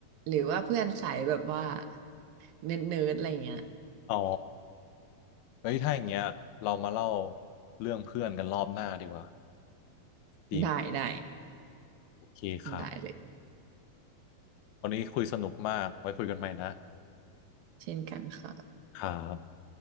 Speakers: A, on the right; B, on the left.
A: หรือว่าเพื่อนสายแบบว่าเนิร์ดๆอะไรเงี้ย
B: อ๋อเฮ้ยถ้าอย่างเงี้ยเรามาเล่าเรื่องเพื่อนกันรอบหน้าดีกว่าดีไหม
A: ได้ได้
B: โอเคครับ
A: ได้เลย
B: วันนี้คุยสนุกมาก ไว้คุยกันใหม่นะ
A: เช่นกันค่ะ
B: ครับ